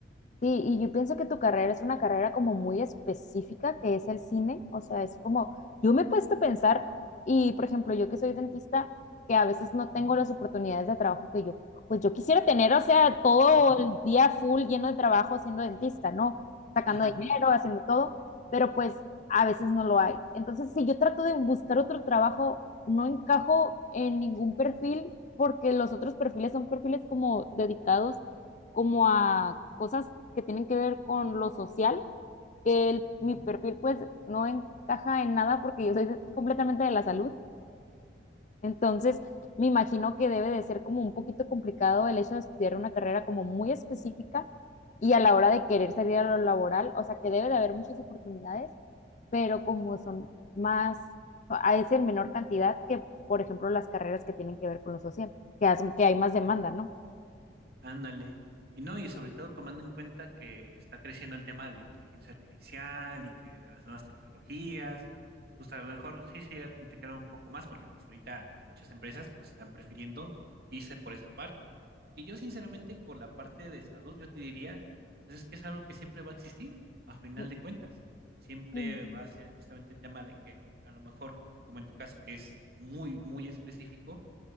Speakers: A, on the left; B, on the right.
A: Sí, y yo pienso que tu carrera es una carrera como muy específica, que es el cine. O sea, es como, yo me he puesto a pensar, y por ejemplo, yo que soy dentista, que a veces no
B: Ujú,
A: tengo las oportunidades de trabajo que yo, pues yo quisiera tener, o sea, todo
B: Ajá,
A: el día full lleno de trabajo siendo dentista, ¿no? Sacando
B: ajá,
A: dinero, haciendo todo, pero pues a veces no lo hay. Entonces, si yo trato de buscar otro trabajo, no encajo en ningún perfil porque los otros perfiles son perfiles como dedicados como a cosas que tienen que ver con lo social, que el-
B: ujú,
A: mi perfil pues no encaja en nada porque yo soy de- completamente de la salud. Entonces, me imagino que debe de ser como un poquito complicado el hecho de estudiar una carrera como muy específica y a la hora de querer salir a lo laboral, o sea que debe de haber muchas oportunidades, pero como son más, a- es en menor cantidad que, por ejemplo, las carreras que tienen que ver con lo social, que, hacen- que hay más demanda,
B: ujú.
A: ¿no?
B: Ándale. Y no, y sobre todo tomando en cuenta que está creciendo el tema de la inteligencia artificial y que de las nuevas tecnologías, pues a lo mejor sí se llega a complicar un poco más porque pues ahorita muchas empresas pues están prefiriendo irse por esa parte. Que yo sinceramente por la parte de salud yo te diría, pues es que es algo que siempre va a existir, a final
A: Sí.
B: de cuentas. Siempre
A: Mm,
B: va a ser justamente el tema de que a lo mejor, como en tu caso que es muy, muy específico,